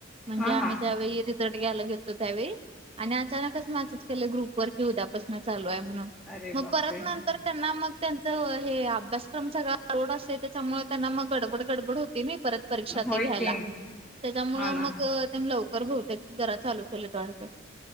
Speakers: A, on the right; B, in the centre.
A: म्हणजे
B: हा
A: आम्ही
B: हा
A: त्यावेळी रिझल्ट घ्यायला गेेलतो त्यावेळी आणि अचानकच मसेज केलंय ग्रुपवर कि उद्यापासून चालूय म्हणून
B: अरे
A: मग
B: बापरे
A: परत नंतर त्यांना मग त्यांच हे अभ्यासक्रम सगळा लोड असतोय त्याच्यामुळे त्यांना मग गडबड गडबड होती नी परत परीक्षा
B: होय
A: ते घ्यायला
B: की
A: त्याच्यामुळ
B: हा ना
A: मग त्यांन लवकर बहुतेक जरा चालू केलंत वाटतं.